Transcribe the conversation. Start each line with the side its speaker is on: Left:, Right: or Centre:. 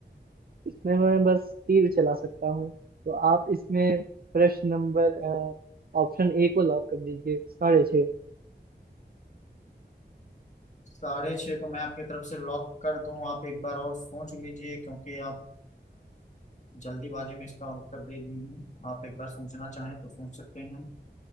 Right: इसमें मैं बस तीर चला सकता हूँ तो आप इसमें प्रश्न नंबर अ, ऑप्शन ए को लॉक कर दीजिए साढ़े छः
Left: साढ़े छः को मैं आपकी तरफ से लॉक कर दूं आप एक बार और सोच लीजिए क्योंकि आप जल्दीबाजी में इसका उत्तर दे दिए हैं आप एक बार सोचना चाहें तो सोच सकते हैं